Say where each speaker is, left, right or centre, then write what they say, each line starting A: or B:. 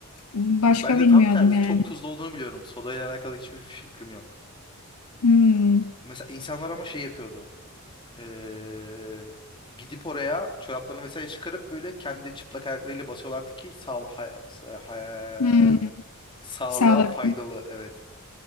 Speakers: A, on the left; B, on the left.
A: başka
B: Ben
A: bilmiyordum
B: de tam tersi.
A: yani.
B: Çok tuzlu olduğunu biliyorum. Sodayla alakalı hiçbir fikrim yok.
A: Hmm.
B: Mesela insanlar ama şey yapıyordu. Ee, gidip oraya çoraplarını vesaire çıkarıp böyle kendi çıplak ayaklarıyla basıyorlardı ki sağ, hay- sa- hay-
A: Hmm.
B: sağlığa
A: Sağlık.
B: faydalı. Evet.